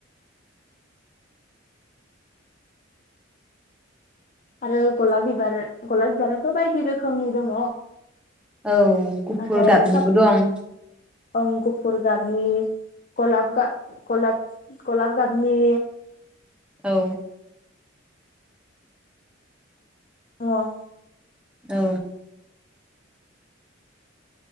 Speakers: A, on the left; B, in the centre.
A: आरो गलाब बिबार गलाब बिबाराथ' बायदि रोखोमनि दङ'
B: औ गुफुर
A: नाथाय
B: गाबनिबो
A: साब
B: दं।
A: ओं गुफुर गाबनि गलाब गा-गलाब गलाब गाबनि
B: औ
A: औ
B: औ